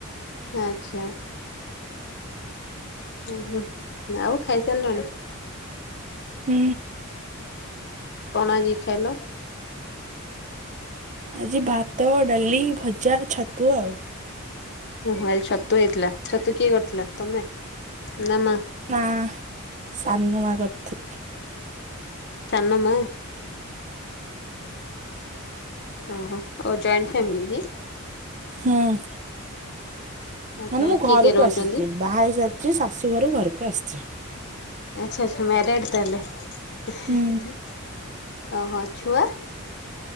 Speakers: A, on the left (about 55°); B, on the right (about 35°).
A: ଆଚ୍ଛା ଓହୋ ଆଉ ଖାଇସାରିଲଣି?
B: ହୁଁ।
A: କଣ ଆଜିି ଖାଇଲ?
B: ଆଜି ଭାତ, ଡାଲି, ଭଜା, ଛତୁ ଆଉ।
A: ହୁଁ ହୁଁ ଆଜି ଛତୁ ହେଇଥିଲା ଛତୁ କିଏ କରିଥିଲା ତମେ ନା ମା?
B: ନା, ସାନୁ ମା କରିଥି
A: ସାନ ମା ଓ ହୋ, ଓ ଜଏଣ୍ଟ ଫ୍ୟାମିଲି କି?
B: ହୁଁ ଉଁ।
A: ଆଚ୍ଛା
B: ମାନେ ମୁଁ ଘରକୁ
A: କିଏ କିଏ ରହୁଛନ୍ତି?
B: ଆସିଛି, ବାହା ହେଇସାରିଚି, ଶାଶୁ ଘରୁ ଘରକୁ ଆସିଛି।
A: ଆଛା ଆଛା ମ୍ୟାରେଡ଼୍ ତାହେଲେ, ହେଁ ହେଁ
B: ହୁଁ
A: ହେଁ, ଓହୋ ଛୁଆ?